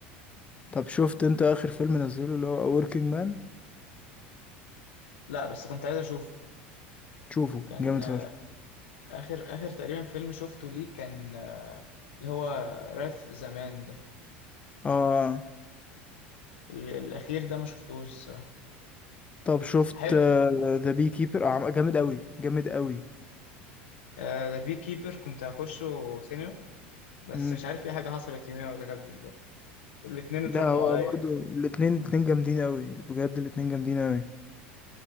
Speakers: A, on the left (about 20°); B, on the left (about 85°).
A: طب شفت انت اخر فيلم نزله اللي هو Working Man
B: لا بس كنت عايز اشوف
A: شوفه
B: كان
A: جامد
B: آه، اخر اخر تقريبا فيلم شفته ليه كان آه، اللي هو راث زمان ده
A: اه
B: ال- الاخير ده ما شفتهوش الصراحه
A: طب شفت
B: حلو
A: ذا بي كيبر جامد قوي جامد قوي
B: ذا بي كيبر كنت هخشه سينما بس
A: مم.
B: مش عارف في حاجة حصلت يوميها ما دخلتش برضه الاتنين اتراكموا
A: لا هو
B: عليا
A: برضو الاتنين اتنين جامدين قوي بجد الاتنين جامدين قوي